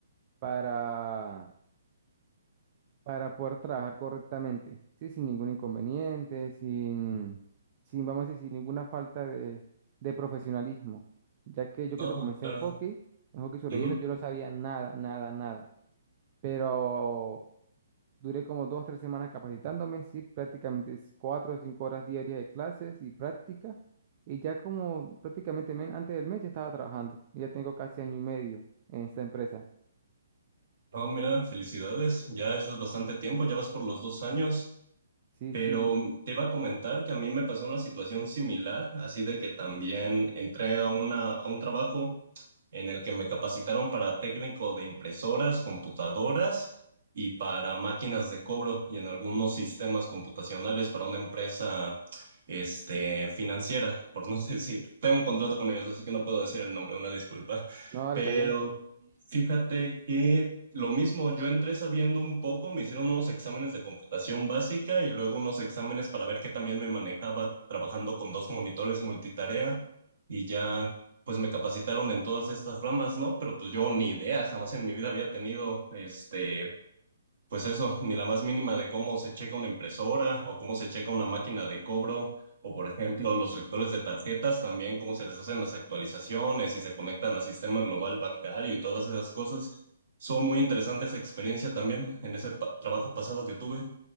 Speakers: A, on the right; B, on the right.
A: para para poder trabajar correctamente, ¿sí? Sin ningún inconveniente, sin, sin vamos a decir, sin ninguna falta de, de profesionalismo, ya que yo
B: No,
A: cuando comencé
B: claro.
A: en hockey, en hockey sobre
B: Ujú.
A: hielo, yo no sabía nada, nada, nada, pero duré como dos, tres semanas capacitándome, sí, prácticamente es cuatro o cinco horas diarias de clases y práctica, y ya como prácticamente men- antes del mes ya estaba trabajando, y ya tengo casi año y medio en esta empresa.
B: No, mira, felicidades. Ya eso es bastante tiempo, ya vas por los dos años.
A: Sí,
B: Pero
A: sí,
B: te iba a comentar que a mí me pasó una situación similar, así de que también entré a, una, a un trabajo en el que me capacitaron para técnico de impresoras, computadoras y para máquinas de cobro y en algunos sistemas computacionales para una empresa este, financiera, por no <laughs> decir. Tengo un contrato con ellos, así que no puedo decir el nombre, una disculpa.
A: no, ahora
B: pero
A: está bien.
B: Fíjate que lo mismo, yo entré sabiendo un poco, me hicieron unos exámenes de computación básica y luego unos exámenes para ver qué también me manejaba trabajando con dos monitores multitarea y ya pues me capacitaron en todas estas ramas, ¿no? Pero pues yo ni idea, jamás en mi vida había tenido este pues eso, ni la más mínima de cómo se checa una impresora o cómo se checa una máquina de cobro o, por ejemplo, los lectores de tarjetas también, cómo se les hacen las actualizaciones y se conectan al sistema global bancario y todas esas cosas. Son muy interesantes esa experiencia también en ese pa- trabajo pasado que tuve.